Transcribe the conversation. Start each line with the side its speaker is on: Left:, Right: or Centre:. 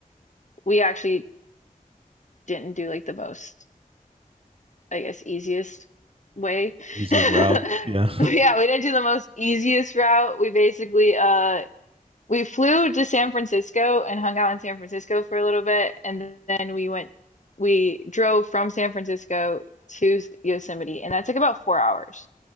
Left: we actually didn't do like the most, I guess, easiest way.
Right: Easiest
Left: <laughs>
Right: route. Yeah.
Left: Yeah,
Right: <laughs>
Left: we didn't do the most easiest route. We basically uh We flew to San Francisco and hung out in San Francisco for a little bit, and then we went, we drove from San Francisco to Yosemite, and that took about four hours.